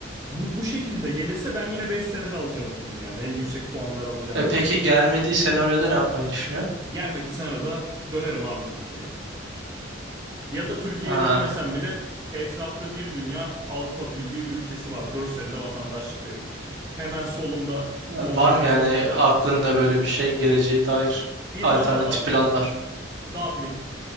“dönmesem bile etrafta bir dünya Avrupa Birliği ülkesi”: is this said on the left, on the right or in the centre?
Right